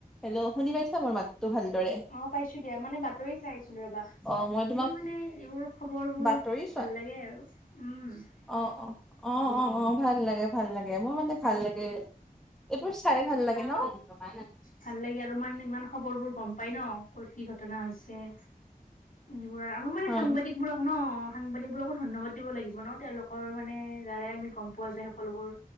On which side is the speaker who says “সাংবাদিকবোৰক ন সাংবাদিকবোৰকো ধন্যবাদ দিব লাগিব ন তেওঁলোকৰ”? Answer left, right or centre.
Left